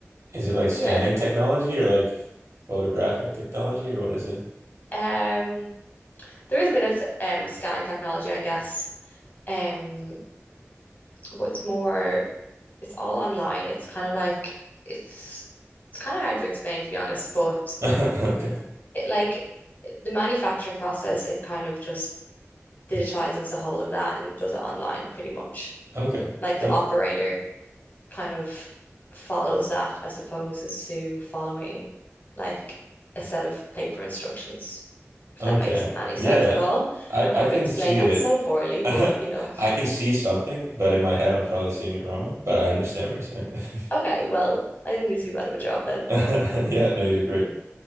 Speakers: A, on the right; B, on the left.
A: is it like scanning
B: yeah,
A: technology or like photographic technology or what is it?
B: um, there is a bit of t- um scanning technology, I guess. Um, but it's more, it's all online. It's kind of like it's, it's kind of hard to explain to be honest, but
A: <laughs> Okay.
B: it like the manufacturing process, it kind of just digitizes the whole of that and does it online pretty much.
A: Okay.
B: Like the
A: No.
B: operator kind of follows that as opposed to following like a set of paper instructions, if
A: Okay.
B: that makes any sense
A: Yeah, yeah.
B: at all.
A: I
B: I probably
A: I can
B: explained
A: see
B: that
A: it.
B: so poorly,
A: <laughs>
B: but you know,
A: I can see something, but in my head I'm probably seeing it wrong, but I understand what you're saying, I think.
B: okay, well, I didn't do too bad of a job then.
A: <laughs> Yeah, no, you did great.